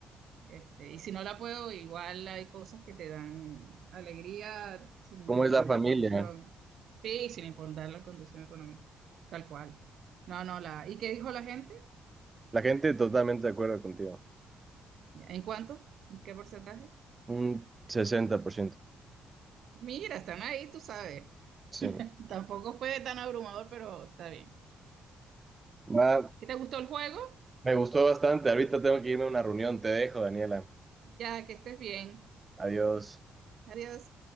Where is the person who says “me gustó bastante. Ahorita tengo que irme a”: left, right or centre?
Right